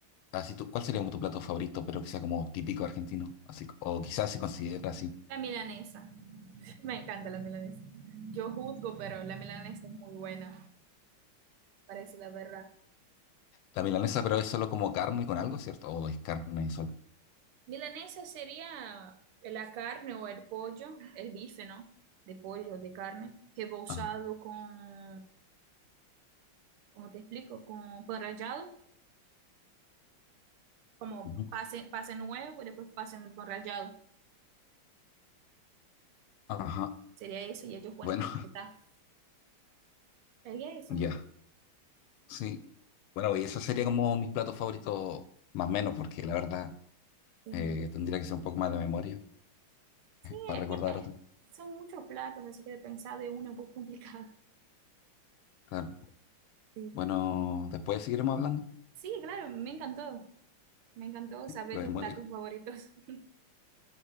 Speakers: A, on the left; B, on the right.
A: así tú, ¿cuál sería como tu plato favorito, pero que sea como típico argentino? Así, o quizás se considera así.
B: la milanesa. <laughs> Me encanta la milanesa. Yo juzgo, pero la milanesa es muy buena, parece la verdad.
A: La milanesa, pero es solo como carne con algo, ¿cierto? O es carne solo.
B: Milanesa sería la carne o el pollo, el bife, ¿no? De pollo, de carne, rebozado
A: Ajá.
B: con, ¿cómo te explico? Con pan rallado, como
A: ujú.
B: pase, pase nuevo y después pase en pan rallado.
A: Ajá.
B: Sería eso y ellos ponen
A: Bueno,
B: para apretar. Sería eso.
A: <laughs> ya. Sí. Bueno, y eso sería como mis platos favoritos, más o menos, porque la verdad
B: Sí.
A: eh, tendría que ser un poco más de memoria
B: Sí,
A: para
B: es
A: recordar
B: que eh,
A: otro.
B: son muchos platos, así que de pensar de uno es un poco <laughs> complicado.
A: Claro.
B: Sí.
A: Bueno, después seguiremos hablando.
B: Sí, claro, me encantó. Me encantó saber
A: Lo
B: tus
A: hemos
B: platos favoritos. <laughs>